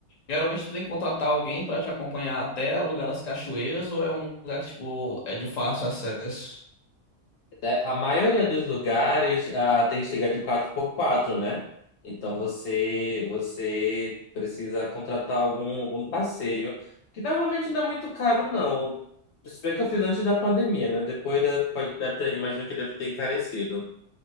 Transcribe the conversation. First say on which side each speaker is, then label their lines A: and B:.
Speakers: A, on the left; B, on the left.
A: Geralmente tu tem que contratar alguém para te acompanhar até o lugar das cachoeiras, ou é um lugar que, tipo, é de fácil acesso?
B: É, A maioria dos lugares ah, tem que chegar de quatro por quatro, né? Então você você precisa contratar algum, algum passeio, que normalmente não é muito caro, não. Se bem que eu fiz antes da pandemia, né? Depois da, pode, deve ter- imagino que deve ter encarecido.